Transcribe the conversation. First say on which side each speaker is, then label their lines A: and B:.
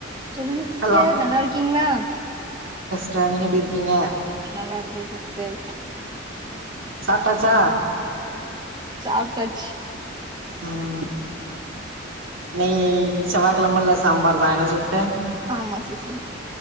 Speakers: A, on the right; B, on the right.
A: ச்சொல்லுங்க சிஸ்டர்
B: ஹலோ
A: நல்லார்கிங்ளா
B: ட்ர எப்டி இருக்கீங்க.
A: நல்லா இருக்க சிஸ்டர்
B: சாப்டாச்சா
A: சாப்டாச்சி
B: உம் நெய் செவ்வாகெழமல்ல சாம்பார் தா என்ன சிஸ்டர்
A: ஆமா சிஸ்